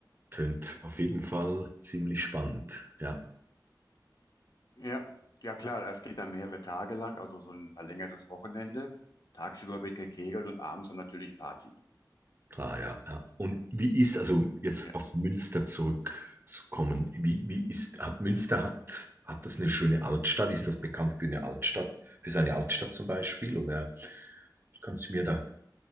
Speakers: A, on the right; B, on the left.
A: Tönt auf jeden Fall ziemlich spannend. Ja.
B: Ja, ja klar, Es geht dann mehrere Tage lang, also so ein verlängertes Wochenende. Tagsüber wird gekegelt und abends dann natürlich Party.
A: Klar, ja, ja. Und wie ist, also jetzt
B: Ja,
A: auf Münster zurückzukommen, wie, wie ist, hat Münster hat, hat das eine schöne Altstadt? Ist das bekannt für eine Altstadt, für seine Altstadt zum Beispiel? Oder kannst du mir da,